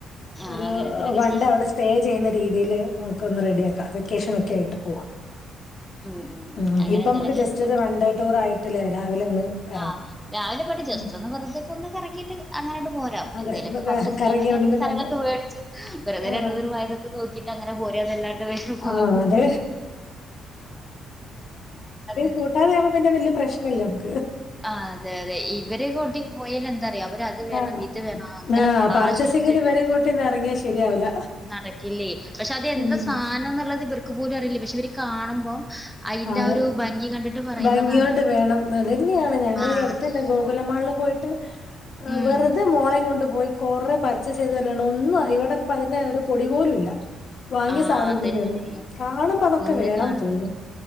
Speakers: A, in the centre; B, on the left.
A: ആഹ്
B: ഒരു
A: അങ്ങനെ എന്തേലൊക്കെ
B: വൺണ്ടേ
A: ചെയ്യാം
B: അവിടെ സ്റ്റേ ചെയ്യുന്ന രീതിയിൽ നമുക്ക് ഒന്ന് റെഡി ആക്കാം വെക്കേഷൻ ഒക്കെ ആയി പൂവാം
A: ഉം
B: ഉം
A: അങ്ങനെ
B: ഇപ്പൊങ്ങ്
A: എന്തേലൊക്കെ
B: നമക്ക് ജസ്റ്റ്
A: ആയിട്ട് നോക്കി
B: വൺ ഡേ ടൂർ ആയിട്ടില്ലേ രാവിലെ അങ്ങ്. ഇറങ്ങാം
A: ആഹ് രാവിലെ പോയിട്ട് ജസ്റ്റ്
B: ഉം
A: ഒന്ന് വെറുതേക്കെ ഒന്ന് കറങ്ങിയിട്ട് അങ്ങനെട് പോരാം,
B: അതെ
A: എന്തേലൊക്കെ
B: ഒന്ന് ക-
A: പർച്ചേസ് ചെയ്യാെണ്ടങ്കി
B: കറങ്ങി അവിടുന്ന്
A: എന്തേലും സാധനങ്ങളൊക്കെ
B: കണ്ട്
A: മേടിച്ച് വെുതെ
B: ആ
A: രണ്ട്മൂന്ന് പേരെ വായി നോക്കിട്ട് അങ്ങനെ പോരന്നല്ലാണ്ട് വേറെ മാർഗം
B: ആഹ്
A: ഒന്നൂല്ല
B: അത്
A: അതേ.
B: കൂട്ടാതേ വുമ്പോ പിന്നെ വലിയ പ്രശ്നമല്ല നമക്ക്.
A: ആഹ് അതെ അതെ ഇവര് കൂട്ടി പോയൽ എന്താറിയോ അവര് അ അത് വേണം
B: ആഹ്
A: ഇത് വേണം അങ്ങനെ
B: ആഹ്
A: വാശി
B: പർച്ചേസിങ്ങിന്
A: പിടിച്ചിട്ട്
B: ഇവരെ കൂട്ടിയൊന്നും എറങ്ങിയാ ശരിയാവൂല.
A: നടക്കില്ലേ, പക്ഷെ അതെന്താ
B: ഉം
A: സാധനം എന്നുള്ളത് ഇവർക്ക് പോലും അറിയില്ല പക്ഷെ ഇവര് കാണുമ്പോ അയിന്റെ
B: അതെ
A: ആ ഒരു ഭംഗി കണ്ടിട്ട് പറയുന്നതാണേ.
B: ഭംഗിയോണ്ട് വേണം അതന്നെയാണ് ഞങ്ങളി
A: ആഹ്
B: ഈ അടുത്ത് തന്നെ ഗോകുലമാളില് പോയിട്ട്
A: ഉം
B: വെറുത് മോളയും കൊണ്ട് പോയി കൊറെ പർച്ചേസ് ചെയ്തുന്നല്ലാണ്ട് ഒന്നും ഇവിടെപ്പൊ അതിന്റെ ഒരു പൊടി പോലുംല്ല വാങ്ങിയ
A: ആഹ്
B: സാധനത്തിന്റെയൊന്നും
A: അതന്നെയാണ്
B: കാണുമ്പോ അതൊക്കെ
A: ഒന്ന്
B: വേണംന്ന്
A: കാണല്
B: തോന്നും